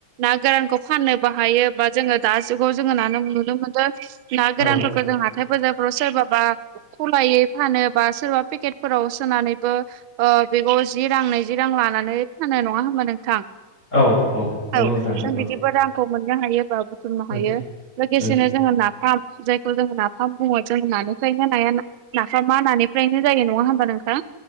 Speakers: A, on the right (about 70°); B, on the left (about 25°).
A: ना गोरानखौ फाननोबो हायो बा जोङो दा जुगाव जोङो न नुनो मोनो। ना गोरानफोरखौ
B: औ
A: जों हाथायफोर सोरबाबा खलायै फानो बा सोरबा पेकेटफोराव सोनानैबो ओ बेगखौ जि रां नैजि रां लानानै फानो नङा होमा नोंथां
B: औ नंगौ
A: औ
B: नोंथां नंगौ
A: जों बिदिबो रांखौ मोननो हायो बा बुथुमनो
B: उम
A: हायो लोगोसेनो
B: उम
A: जोङो नाफाम जायखौ जोङ नाफाम बुङो जोङो नानिफ्रायनो ना नाफामा नानिफ्रायनो जायो नङा होमबा नोंथां।